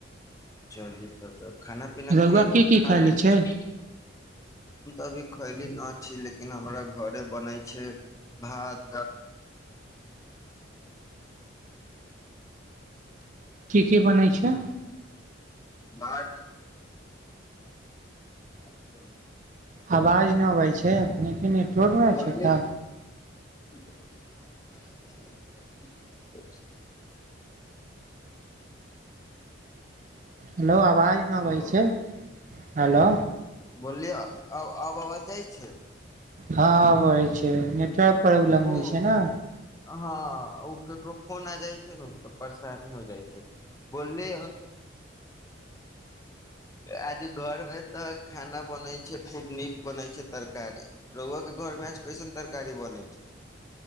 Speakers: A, on the left; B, on the right.
A: चली तब ते खाना पीना
B: रौआ
A: की खा
B: खैले
A: लेले
B: छै
A: छी। अभी खैली ना छी लेकिन हमरा घरे बनै छै भात दाल।
B: की की बनै छै।
A: भात बने छै।
B: अवाज ने आबै छै अपनेके नेटवर्क ने
A: बनले
B: छै का।
A: बोलू भात दाल तरकारी बनै छै।
B: हेलो अवाज ने आबे
A: हेलो
B: छै। हेलो।
A: बोललियै आब आब आवाज जाइ छै।
B: हँ, अवइ छै नेट प्रबलम
A: ओ
B: होइ छै न।
A: हँ। ओ ककरो फोन आ जाइ छै ने तऽ परेशानी हो जाइ छै बोलले आज घरमे तऽ खाना बनै छै। खूब नीक बनै छै तरकारी, रउवा के घर मे कैसन तरकारी बनै छै।